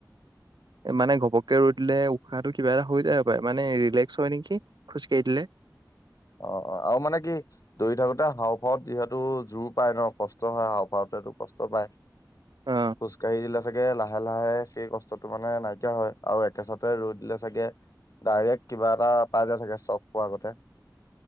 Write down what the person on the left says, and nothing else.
অ- অ আৰু মানে কি দৌৰি থাকোতে হাওফাওত যিহেতু জোৰ পায় ন কষ্ট হয় হাওফাওত। টো কষ্ট পায়।
খোজকাঢ়ি দিলে চাগে লাহে- লাহে সেই কষ্টতটো মানে নাইকিয়া হয় আৰু একেচাতে ৰৈই দিলে চাগে। ডাইৰেক্ট কিবা এটা পাই যায় চাগে